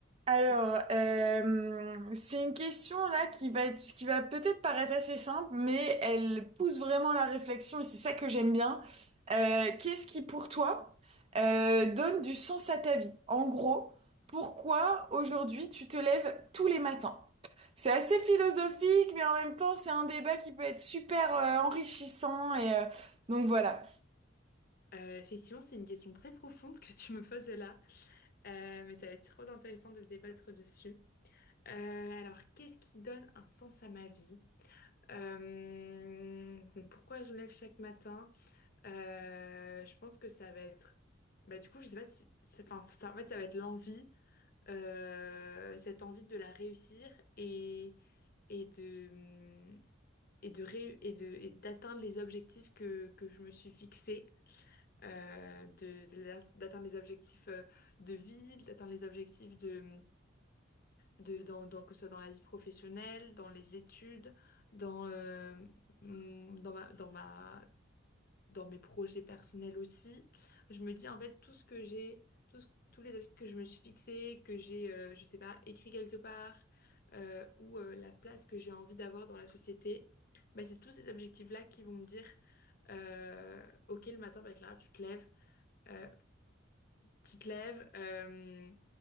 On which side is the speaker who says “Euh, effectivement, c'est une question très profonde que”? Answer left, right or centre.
Left